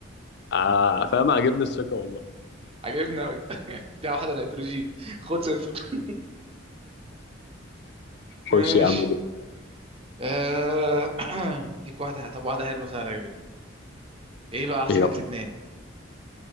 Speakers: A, on the left; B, on the right.
A: آه، فاهم عاجبني الثقه والله
B: عجبني أوي <laughs> دي واحدة نيتروجين خد صفر <laughs> ماشي
A: خش يا عم دول
B: آه، <clears throat> اديك واحدة طب واحدة حلوة سهلة جدا ايه بقى عاصمة
A: يلا
B: لبنان؟